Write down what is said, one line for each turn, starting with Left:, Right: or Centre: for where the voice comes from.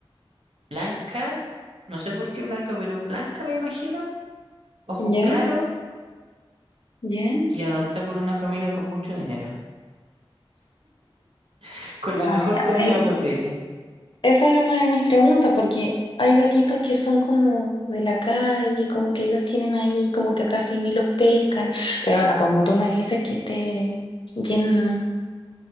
Right: blanca. No sé por qué blanca, pero blanca me imagino. Ojos
Left: ¿Ya?
Right: claros
Left: ¿Ya?
Right: y adoptada por una familia con mucho dinero. <laughs> Con la
Left: Ah,
Right: mejor
Left: ya.
Right: comida
Left: eh,
Right: posible.
Left: Esa era una de mis preguntas, porque hay gatitos que son como de la calle, como que los tienen ahí, como que casi ni los pescan. Pero ahora, como tú me dices que esté bien,